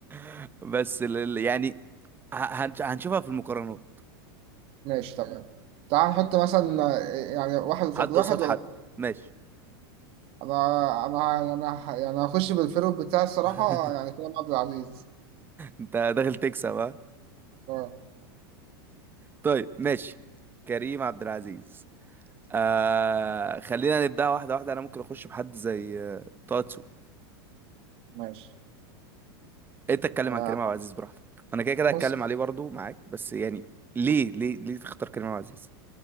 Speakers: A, on the right; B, on the right.
A: <laughs> بس لل... يعني ه- هنش- هنشوفها في المقارنات
B: ماشي تمام تعال نحط مثلا يعني واحد قصاد
A: حد
B: واحد
A: قصاد
B: ولا
A: حد ماشي
B: انا انا انا ه- يعني هخش بالفيرو بتاعي الصراحة
A: <laughs>
B: يعني كريم عبد العزيز
A: انت داخل تكسب ها
B: اه
A: طيب ماشي كريم عبد العزيز آه خلينا نبدأ واحدة واحدة انا ممكن اخش بحد زي آه، طه دسوقي
B: ماشي
A: انت اتكلم
B: آه،
A: عن كريم عبد العزيز براحتك انا كده كده
B: بص
A: هتكلم عليه برضو معاك بس يعني ليه ليه ليه تختار كريم عبد العزيز